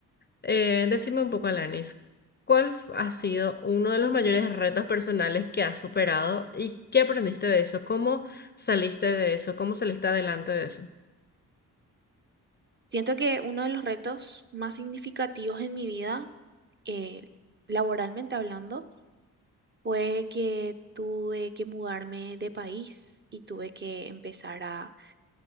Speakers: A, on the left (about 25°); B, on the right (about 30°).
A: Eh, decime un poco, Alanis, ¿cuál f- ha sido uno de los mayores retos personales que has superado y qué aprendiste de eso? ¿Cómo saliste de eso? ¿Cómo saliste adelante de eso?
B: Siento que uno de los retos más significativos en mi vida, eh, laboralmente hablando, fue que tuve que mudarme de país y tuve que empezar a